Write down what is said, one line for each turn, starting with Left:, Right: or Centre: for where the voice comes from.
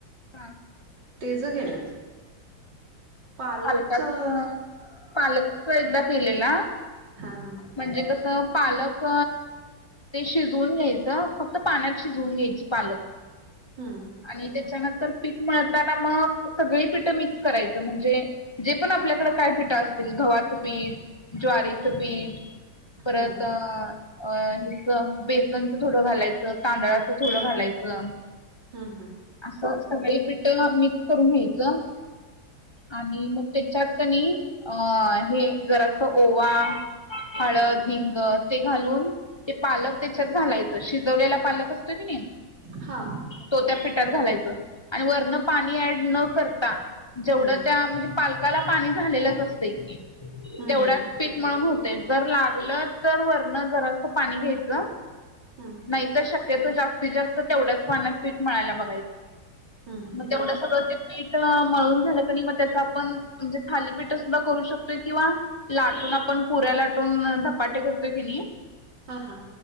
Left: हा.
Right: तेज केलेत. पालकच
Left: पालकाचं
Right: हा
Left: पालकचं एकदा केलेला.
Right: हा हा..
Left: म्हणजे कसं पालक. ते शिजवून घ्यायचं फक्त पाण्यात शिजवून घ्यायची पालक.
Right: हम..
Left: आणि त्याच्यानंतर पीठ मिळताना मग, सगळी पीठ मिक् करायचं म्हणजे जे पण आपल्याकडं, काय पिठं असतील गव्हाचं पीठ. ज्वारी पिठ. परत
Right: हम्म
Left: अ.. हेच बेसनच थोडं घालायचं. तांदळाच थोडं घालायचं.
Right: हम्म हम्म
Left: असं सगळी पिठं मिक्स करून घ्यायचं. आणि मग तेच्यात कणी अ.. हे जरासं ओवा. हळद हिंग ते घालून ते पालक तेच्यात घालायचं. शिजवलेला पालक असतोय कणी.
Right: हा
Left: तो त्या पिठात घालायच आणि वरन पाणी ऍड न करता
Right: हम्म
Left: जेवढं त्या म्हणजे पालक पालकाला पाणी झालेलंच असतंय की
Right: हम्म
Left: तेवढ्या
Right: हम्म
Left: पीठ मळून होते जर लागलं तर वरन जरा असं पाणी घ्यायचं.
Right: हम..
Left: नाही तर शक्यतो, जास्तीत जास्त तेवढ्याच पाण्यात पीठ मळायला बघायचं.
Right: हम्म हम्म
Left: मग तेवढं सगळं ते, पीठ मळून झालं कणी मग त्यात. आपण म्हणजे थालीपीठ सुधा करू शकतोय, किंवा लाटून आपण. पुऱ्या लाटून धपाटे करतोय की नाही?
Right: हा हा